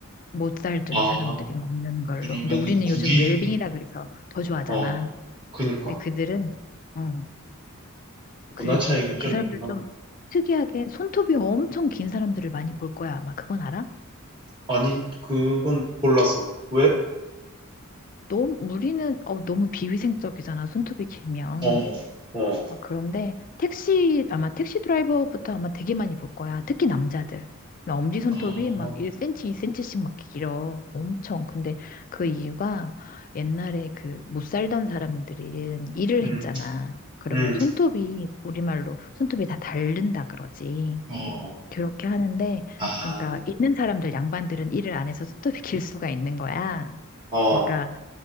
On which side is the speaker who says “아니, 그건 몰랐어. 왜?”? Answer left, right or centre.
Right